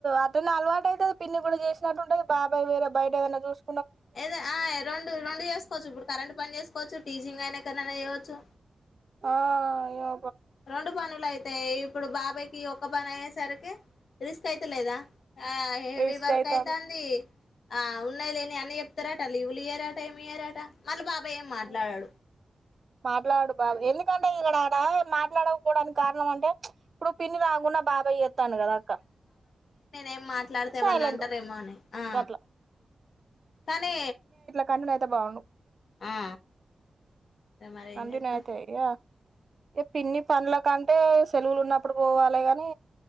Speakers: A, on the right; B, on the left.
A: అటనే అలవాటు అయితది పిన్ని కూడా చేసినట్టు ఉంటంది బాబాయ్ వేరే బయట ఏదైనా చూసు
B: ఏదో ఆయ్ రెండు రెండు చేసుకోవచ్చు ఇప్పుడు కరెంట్ పని చేసుకోవచ్చు టీచింగ్ అయినా కన్నా చేయవచ్చు
A: ఆ యో
B: రెండు పనులయి అయితే ఇప్పుడు బాబాయ్కి ఒక్క పని అయ్యేసరికి రిస్క్ అయితలేదా ఆ హెవి
A: రిస్క్
B: వర్క్
A: అయితాంది
B: అయిత అంది ఆ ఉన్నాయి లేని అన్ని చెప్తారాట లీవులు ఇయ్యారట ఏమి ఇయ్యరాట మళ్ళీ బా ఏం మాట్లాడాడు
A: ఉమ్ మాట్లాడు బాబు ఎందుకంటే ఇలాడాడా మాట్లాడకపోవడానికి కారణం అంటే ఇప్పుడు పి రాాకున్న బాబాయి ఎత్తాను కదా అక్క
B: అే మాట్లాడతేమని
A: సైలెంట్
B: అంటారేమో అని ఆ
A: అట్లా
B: కానీ
A: కన్న అయితే బావును
B: ఆ మరి ఏం
A: అజ
B: చేస్తాం
A: నాయతే యా పిన్ని పండ్ల కంటే సెలవులు ఉన్నప్పుడు పోవాలి కాని